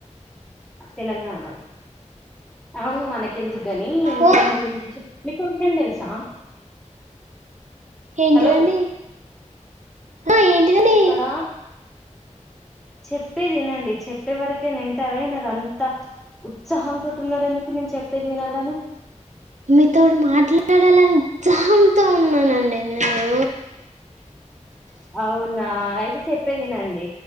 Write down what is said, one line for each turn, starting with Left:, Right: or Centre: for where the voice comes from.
Centre: తెలంగాణ అవును మనకెందుకుగాని, ఇంకేమైనా
Right: ఓ
Centre: విషయాలు మీకో విషయం తెలుసా?
Right: ఏంటిదండి?
Centre: హలో
Right: ఆ ఏంటిదండి
Centre: ఇక్కడ చెప్పేది వినండి చెప్పే వరకు వింటారా వినరా అంత ఉత్సాహంతో ఉన్నారు ఎందుకు నేను చెప్పేది వినాలని.
Right: మీతోడి మాట్లాడాలని ఉత్సాహం తో ఉన్నానండి నేను.
Centre: అవునా అయితే చెప్పేదినండి